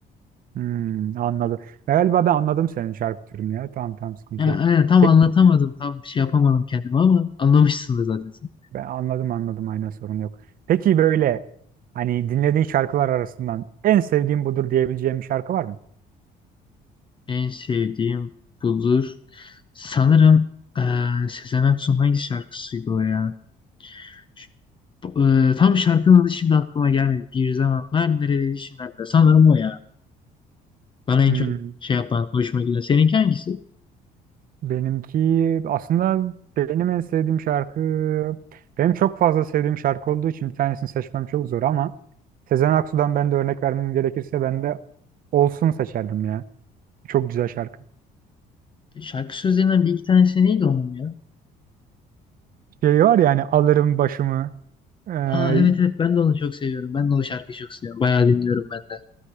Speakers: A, on the right; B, on the left.
A: Hmm, anladım. Galiba ben anladım senin şarkı türünü ya. Tamam tamam sıkıntı
B: Yani,
A: yok.
B: aynen, tam
A: Peki,
B: anlatamadım. Tam bir şey yapamadım kendime ama anlamışsındır zaten sen.
A: ben anladım anladım aynen sorun yok. Peki böyle hani dinlediğin şarkılar arasından en sevdiğim budur diyebileceğim bir şarkı var mı?
B: En sevdiğim budur. Sanırım eee Sezen Aksu'nun hangi şarkısıydı o ya? Ş- eee, tam şarkının adı şimdi aklıma gelmedi. Bir zamanlar neredeydi şimdi hatta. Sanırım o ya. Bana en
A: Hmm,
B: çok şey yapan, hoşuma giden. Seninki hangisi?
A: benimki aslında benim en sevdiğim şarkı benim çok fazla sevdiğim şarkı olduğu için bir tanesini seçmem çok zor ama Sezen Aksu'dan ben de örnek vermem gerekirse ben de Olsun seçerdim ya. Çok güzel şarkı.
B: Şarkı sözlerinden bir iki tanesi neydi onun ya?
A: Şey var ya hani alırım başımı. Ee,
B: Aa evet evet ben de onu çok seviyorum. Ben de o şarkıyı çok seviyorum. Bayağı dinliyorum ben de.